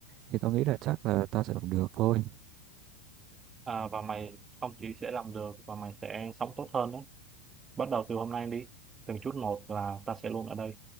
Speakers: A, on the right; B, on the right.
A: thì tao nghĩ là chắc là tao sẽ làm được thôi.
B: à, và mày không chỉ sẽ làm được và mày sẽ sống tốt hơn đó bắt đầu từ hôm nay đi từng chút một là ta sẽ luôn ở đây